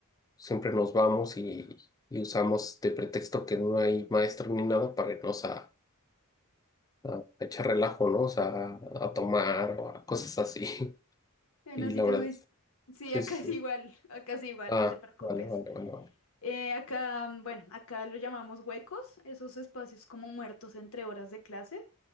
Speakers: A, on the left; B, on the left.
A: siempre nos vamos y, y usamos de pretexto que no hay maestro ni nada para irnos a, a a echar relajo, ¿no? O sea, a a tomar o a cosas así. <laughs>
B: Bueno,
A: Y
B: si
A: la
B: te
A: verdad,
B: soy... Sí,
A: sí,
B: acá
A: sí, sí.
B: es igual, acá es igual,
A: Ah,
B: no te preocupes.
A: vale, vale, vale. vale.
B: Eh, acá, mm, bueno, acá lo llamamos huecos, esos espacios como muertos entre horas de clases.